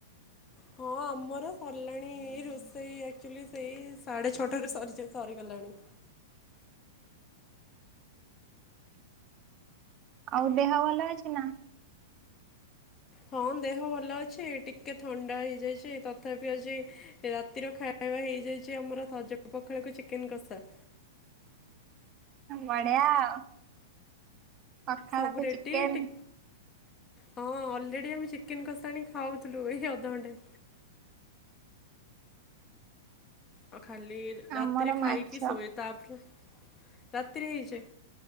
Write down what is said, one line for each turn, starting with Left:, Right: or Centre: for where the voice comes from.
Left: ହଁ, ଆମର ସରିଲାଣି, ରୋଷେଇ ଆଚୁଆଲି ସେଇ ସାଢେ ଛଅଟାରୁ ସରି -ସରିଗଲାଣି।
Right: ଆଉ ଦେହ ଭଲ ଅଛି ନା?
Left: ହଁ ଦେହ ଭଲ ଅଛି। ଟିକେ ଥଣ୍ଡା ହେଇଯାଇଛି। ତଥାପି ଆଜି ହେଁ ହେଁ ରାତିର ଖାଇବା ହେଇଯାଇଛି ଆମର ସଜ ପଖାଳକୁ ଚିକେନ କଷା।
Right: ବଢ଼ିଆ ଆଉ ପଖାଳକୁ
Left: ସବୁ ରେଡି
Right: ଚିକେନ୍‌
Left: ଟି ହଁ ଅଲରେଡ଼ି ଆମେ ଚିକେନ୍‌ କଷା ଆଣି ଖାଉଥିଲୁ। ଏଇ ଅଧଘଣ୍ଚେ
Right: ହଁ
Left: ହଁ ଖାଲି ରାତିରେ
Right: ଆମର
Left: ଖାଇକି
Right: ମାଛ
Left: ଶୋଇ ତାପରେ ରାତିରେ ହେଇଚି।